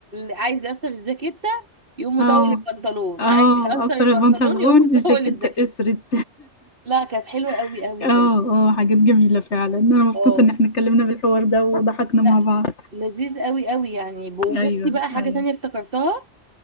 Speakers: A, on the right; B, on the left.
A: عايز يقصر الجاكيتة
B: <laughs>
A: يقوم مطول
B: اه
A: البنطلون
B: اه
A: عايز يقصر
B: أقصر
A: البنطلون
B: البنطلون
A: يقوم <laughs> مطول
B: الجاكيت
A: الجاكيتة
B: قصرت
A: لا كانت حلوة قوي
B: <laughs>
A: قوي
B: اه
A: برضه
B: اه حاجات جميلة فعلا أنا مبسوطة
A: اه
B: إن احنا اتكلمنا بالحوار ده وضحكنا
A: لا
B: مع بعض
A: لذيذ قوي قوي يعني وبصي
B: أيوة
A: بقى حاجة
B: أيوة
A: تانية افتكرتها